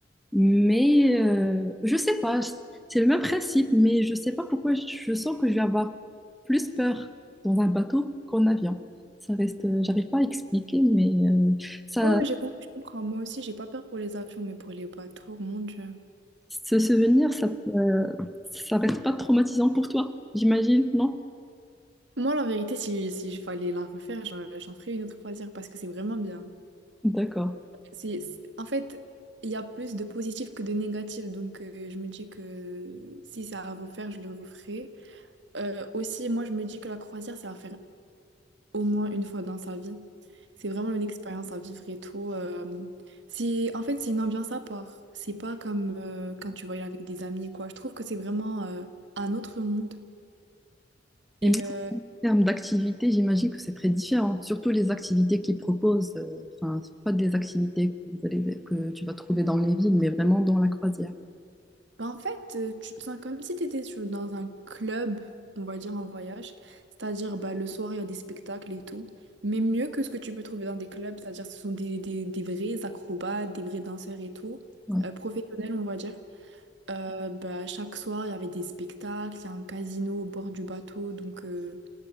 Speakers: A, in the centre; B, on the right.
A: Mais euh, je sais pas, c'est le même principe, mais je sais pas pourquoi je je sens que je vais avoir plus peur dans un bateau qu'en avion. Ça reste, euh, j'arrive pas à expliquer, mais euh, ça,
B: Ouais, ouais, j'ai com- je comprends. Moi aussi, j'ai pas peur pour les avions, mais pour les bateaux, mon Dieu.
A: Ce souvenir, ça, euh, ça reste pas traumatisant pour toi, j'imagine, non?
B: Moi, la vérité, si, si je fallait la refaire, j'en j'en ferais une autre croisière parce que c'est vraiment bien.
A: D'accord.
B: C'est, c'est- en fait, il y a plus de positif que de négatif. Donc, euh, je me dis que si c'est à refaire, je le referai. Euh, aussi, moi, je me dis que la croisière, c'est à faire au moins une fois dans sa vie. C'est vraiment une expérience à vivre et tout. Euh, c'est, en fait, c'est une ambiance à part. C'est pas comme euh, quand tu voyages avec des amis, quoi. Je trouve que c'est vraiment euh, un autre monde. Et
A: Et même
B: euh,
A: en termes d'activité, j'imagine que c'est très différent. Surtout les activités qu'ils proposent, euh, enfin, c'est pas des activités que, vous allez- que tu vas trouver dans les villes, mais vraiment dans la croisière.
B: Bah, en fait, euh, tu te sens comme si tu étais dans un club, on va dire en voyage. C'est-à-dire, bah, le soir, il y a des spectacles et tout. Mais mieux que ce que tu peux trouver dans des clubs, c'est-à-dire ce sont des, des, des vrais acrobates, des vrais danseurs et tout,
A: Ouais.
B: euh, professionnels, on va dire. Euh, bah, chaque soir, il y avait des spectacles, il y a un casino au bord du bateau, donc euh,